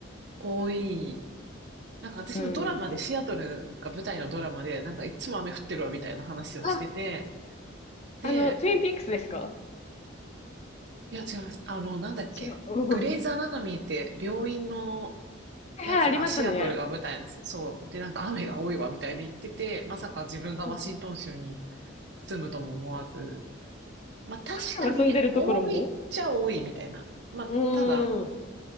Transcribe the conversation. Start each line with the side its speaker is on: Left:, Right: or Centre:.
Right: 多いなんか私もドラマで、
Left: うん。
Right: シアトルが舞台のドラマで、なんかいつも雨降ってるわみたいな話をしてて、
Left: あ、
Right: で、
Left: あの、トゥインピークスですか
Right: いや違います。あの、なんだっけ。
Left: 違う。うん
Right: グレイズ・アナトミーって病院の
Left: はいはい、
Right: やつがシアトルが舞台なんですよ。
Left: ありましたね。
Right: そう。で、なんか雨が多いわみたいに言ってて、まさか自分がワシントン州に
Left: うんうん。
Right: 住むとも思わず。まあ確かに多いっちゃ多いみたいな。
Left: アリさんが住んでるところも
Right: まあただ、
Left: うーん。